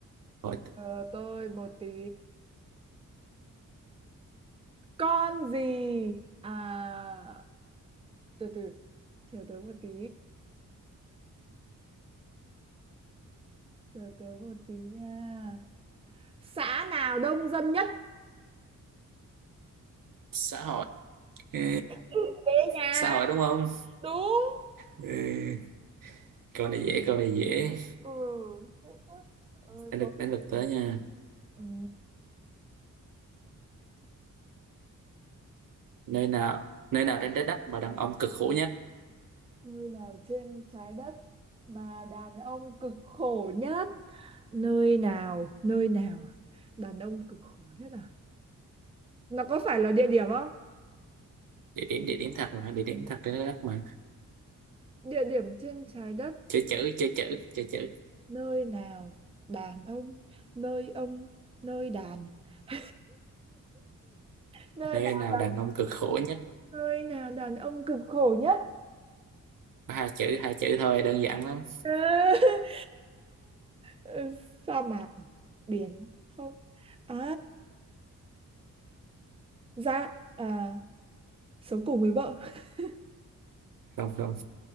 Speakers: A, on the right; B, on the right.
A: Hội,
B: chờ tôi một tí con gì à từ từ chờ tớ một tí chờ tớ một tí nha xã nào đông dân nhất
A: xã hội ừ,
B: Ừ, Thế nha
A: xã hội đúng không
B: đúng
A: ừ, câu này dễ câu này dễ
B: ừ thế quá Trời ơi
A: đến
B: tôi
A: được đến được tới nha
B: ừ,
A: nơi nào nơi nào trên trái đất mà đàn ông cực khổ nhất
B: nơi nào trên trái đất mà đàn ông cực khổ nhất nơi nào nơi nào à? đàn ông cực khổ nhất à nó có phải là địa điểm không
A: địa điểm địa điểm thật mà địa điểm thật trên trái đất mà
B: địa điểm trên trái đất
A: chơi chữ chơi chữ chơi chữ
B: nơi nào đàn ông nơi ông nơi đàn <laughs> nơi
A: nơi
B: nào
A: nào đàn ông cực khổ nhất
B: nơi nào đàn ông cực khổ nhất
A: Có hai chữ hai chữ thôi đơn giản lắm
B: <laughs> Ờ, ờ, sa mạc à? biển không à dạ à, sống cùng với vợ <laughs>
A: không không